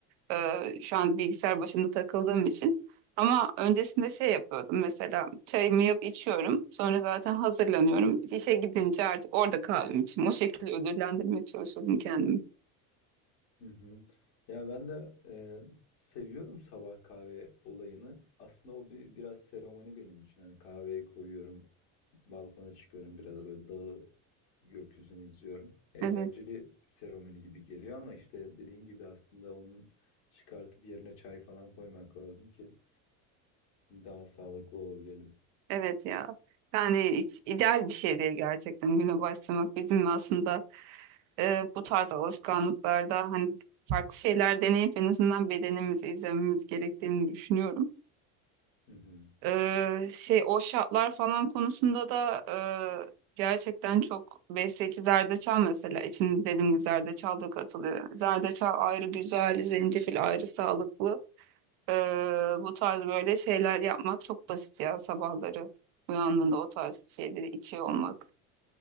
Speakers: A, on the right; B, on the left.
A: e, şu an bilgisayar başında takıldığım için. Ama öncesinde şey yapıyordum mesela çayımı yap içiyorum sonra zaten hazırlanıyorum. İşe gidince artık orada kahvemi içeyim o şekilde ödüllendirmeye çalışıyordum kendimi.
B: Hı hı. Ya ben de e, seviyorum sabah kahve olayını. Aslında o bir biraz seremoni benim için. Hani kahveyi koyuyorum, balkona çıkıyorum biraz böyle dağı gökyüzünü izliyorum. Eğlenceli
A: Evet,
B: bir seremoni gibi geliyor ama işte dediğin gibi aslında onun çıkartıp yerine çay falan koymak lazım ki Daha sağlıklı olabilelim.
A: evet ya. Yani hiç ideal bir şey değil gerçekten güne başlamak. Bizim aslında e, bu tarz alışkanlıklarda hani farklı şeyler deneyip en azından bedenimizi izlememiz gerektiğini düşünüyorum.
B: Hı hı.
A: E, şey o şartlar falan konusunda da e, gerçekten çok besleyici zerdeçal mesela içinde dediğim gibi zerdeçal da katılıyor. Zerdeçal ayrı güzel, zencefil ayrı sağlıklı. Ee, bu tarz böyle şeyler yapmak çok basit ya sabahları uyandığında o tarz şeyleri içiyor olmak.